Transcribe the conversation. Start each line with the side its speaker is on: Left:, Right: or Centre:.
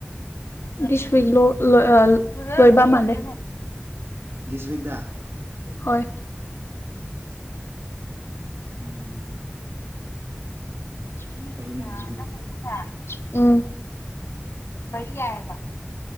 Left: ꯁ ꯄꯒꯂꯣ ꯂ ꯂꯣꯏꯕꯥ ꯃꯂꯦ
Right: ꯗꯤꯁꯕꯤꯒꯗꯥ
Left: ꯍꯣꯏ
Right: ꯎꯝ
Left: ꯅꯥꯏꯅꯄꯥ
Right: ꯐꯩꯅꯦ ꯑꯗꯨꯗꯤ
Left: ꯎꯝ <unintelligible>